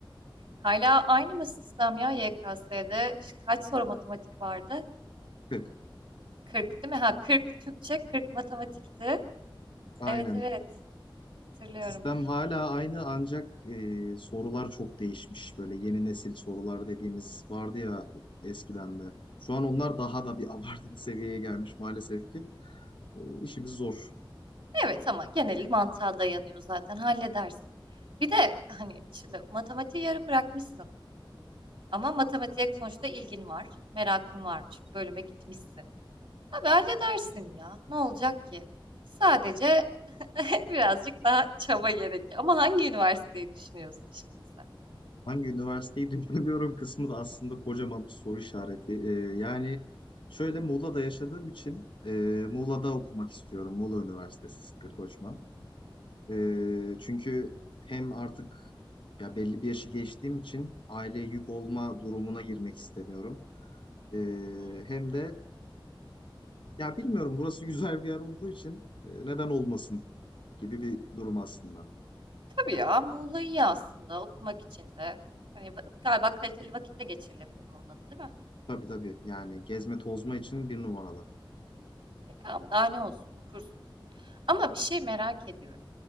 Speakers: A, on the right (about 80°); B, on the left (about 75°).
A: Hala aynı mı sistem ya YKS'de? Ş- Kaç soru matematik vardı?
B: 40.
A: 40 değil mi? Ha 40 Türkçe, 40 matematikti.
B: Aynen.
A: Evet evet hatırlıyorum.
B: Sistem hala aynı ancak e, sorular çok değişmiş. Böyle yeni nesil sorular dediğimiz vardı ya eskiden de. Şu an onlar daha da bir <laughs> abartılı seviyeye gelmiş maalesef ki. E, işimiz zor.
A: Evet ama geneli mantığa dayanıyor zaten halledersin. Bir de hani şimdi matematiği yarım bırakmışsın ama matematiğe sonuçta ilgin var, merakın varmış, bu bölüme gitmişsin. Abi halledersin ya ne olacak ki? Sadece <laughs> birazcık daha çaba gerekiyor ama hangi üniversiteyi düşünüyorsun şimdi sen?
B: Hangi üniversiteyi <laughs> düşünemiyorum kısmı da aslında kocaman bir soru işareti. Ee, yani şöyle Muğla'da yaşadığım için e, Muğla'da okumak istiyorum. Muğla Üniversitesi Sıtkı Koçman. Ee, çünkü hem artık ya belli bir yaşı geçtiğim için aileye yük olma durumuna girmek istemiyorum. Ee,
A: Hmm.
B: hem de ya bilmiyorum burası güzel bir yer olduğu için e, neden olmasın gibi bir durum aslında.
A: Tabii ya Muğla iyi aslında okumak için de. Hani va- galiba kaliteli vakit de geçirilebilir Muğla'da değil mi?
B: Tabii tabii yani gezme tozma için bir numaralı.
A: E, tamam daha ne olsun okursun. Ama bir şey merak ediyorum.